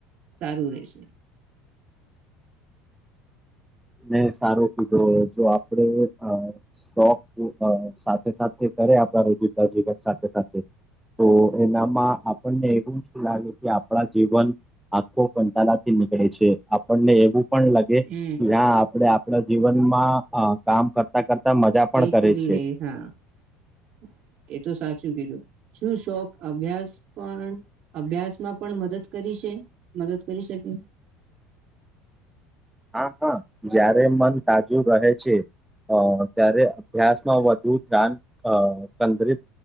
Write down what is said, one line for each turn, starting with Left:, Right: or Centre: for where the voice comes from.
Right: સારું રહેશે.
Centre: ને સારો કીધું, જો આપડે અહ શોખ અહ સાથે સાથે કરે આપ રોજિંતા જીવન સાથે સાથે, તો એનામાં આપણને એવું લાગે કે આપડા જીવન, આખો કંટાળાથી નીકળે છે, આપણને એવું પણ લાગે
Right: હમ
Centre: આપડે આપડા જીવનમાં કામ કરતા કરતા મજા
Right: કઈ
Centre: પણ કરે
Right: કરી
Centre: છે
Right: રહીએ, હા. હા, એતો સાચું કીધું શું શોખ અભ્યાસ પણ અભ્યાસમાં પણ મદદ કરી છે, મદદ કરી શકે?
Centre: હા પણ જયારે મન તાજું રહે છે. અહ ત્યારે અભ્યાસમાં વધુ ધ્યાન અહ કેન્દ્રિત